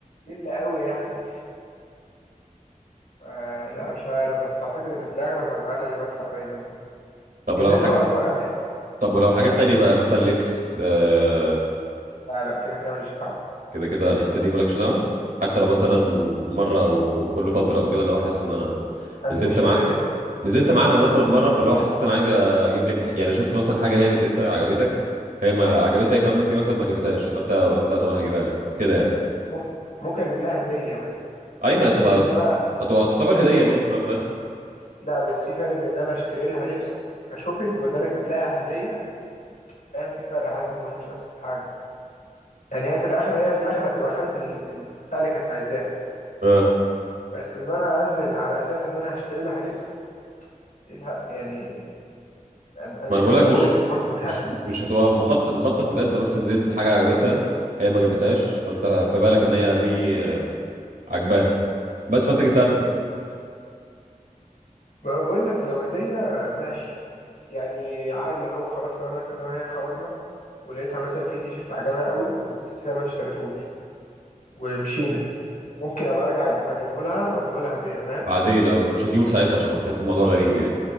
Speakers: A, on the left (about 85°); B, on the right (about 85°).
A: ايه اللي قوي يعني آه لا مش عارف بس اعتقد ان في الاغلب هبقى انا اللي بدفع دايما يعني
B: طب
A: النسبة
B: لو حاجه
A: الاكبر انا يعني
B: طب ولو حاجات تانية بقى مثلا لبس آه،
A: لا لا كده كده ماليش دعوة
B: كده كده الحتة دي مالكش دعوة حتى لو مثلا مرة أو كل فترة أو كده اللي هو حاسس إن أنا
A: انزل
B: نزلت
A: اشتري
B: مع
A: لها لبس
B: نزلت معاها مثلا مرة فاللي هو حسيت أنا عايز أجيب لك الح... يعني شفت مثلا حاجة هي بتقيسها عجبتك هي ما عجبتها هي كمان بس هي مثلا ما جابتهاش فأنت قلت لا طب أنا هجيبها لك كده يعني
A: ممكن ممكن اجيب لها هدية مثلا
B: أي
A: بس
B: ما هتبقى
A: مش ان انا
B: هتبقى تعتبر هدية برضه في الأول وفي الآخر
A: لا بس في فرق بين ان انا اشتري لها لبس كشوبينج وان انا اجيب لها هديه فاهم في فرق حاسس ان هو مش نفس الحاجه يعني هي في الاخر هي في الاخر هتبقى خدت ال- البتاع اللي كانت عايزاه
B: أه
A: بس ان انا انزل على اساس ان انا هشتري لها لبس إيه الهب- يعني انا أنا
B: ما
A: مش
B: أنا بقول
A: متجوزك
B: لك مش
A: برضه يعني
B: مش مش هتبقى مخطط مخطط لده أنت بس نزلت حاجة عجبتها هي ما جابتهاش فأنت في بالك إن هي دي عاجباها بس فأنت جبتها لها
A: بقول لك لو هديه ماشي يعني عادي اللي هو خلاص لو انا مثلا أنا وهي خرجنا ولقيتها مثلا في تيشرت عجبها قوي وبس هي ما اشتريتوش ومشينا ممكن ابقى ارجع أج- اجيبه لها واديه لها هديه فاهم
B: بعدين اه بس مش هتجيبه في ساعتها عشان هتحس الموضوع غريب يعني